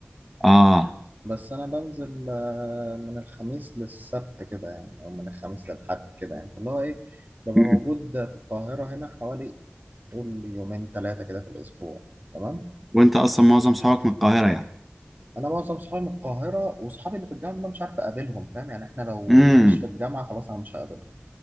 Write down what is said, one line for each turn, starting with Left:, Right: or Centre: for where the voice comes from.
Centre: اه
Right: بس انا بنزل آه، من الخميس للسبت كده يعني او من الخميس للحد كده يعني فاللي هو ايه ببقى
Centre: مم.
Right: موجود في القاهرة هنا حوالي طول يومين ثلاثة كده في الاسبوع تمام
Centre: وانت اصلا معظم صحابك من القاهره يعني
Right: انا معظم صحابي من القاهرة واصحابي اللي في الجامعة مش عارف اقابلهم فاهم يعني احنا لو
Centre: امم
Right: مش في الجامعة خلاص انا مش هقابلهم